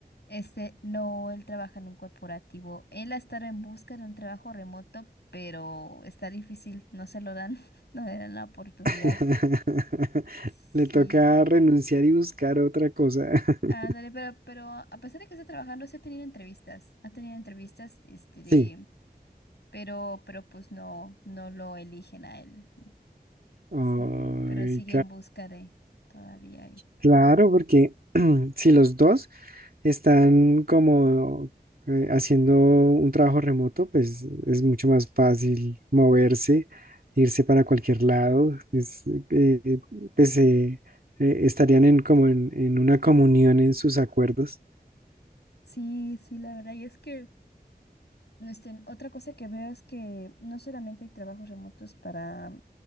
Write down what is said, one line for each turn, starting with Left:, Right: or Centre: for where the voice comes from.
Left: Este, no, él trabaja en un corporativo. Él ha estado en busca de un trabajo remoto, pero está difícil, no se lo dan, <laughs> no le dan la oportunidad.
Right: <laughs>
Left: Sí.
Right: Le toca renunciar y buscar otra cosa. <laughs>
Left: Ándale, pero, pero a pesar de que está trabajando, sí ha tenido entrevistas. Ha tenido entrevistas, este, de,
Right: Sí.
Left: pero, pero pues no, no lo eligen a él.
Right: Ay,
Left: Sí, pero sigue en busca de, todavía hay.
Right: Claro, porque <clears throat> si los dos están como eh, haciendo un trabajo remoto, pues es mucho más fácil moverse, irse para cualquier lado, es, eh, eh, pues eh, eh, estarían en, como en, en una comunión en sus acuerdos.
Left: Sí, sí, la verdad. Y es que este, otra cosa que veo es que no solamente hay trabajos remotos para,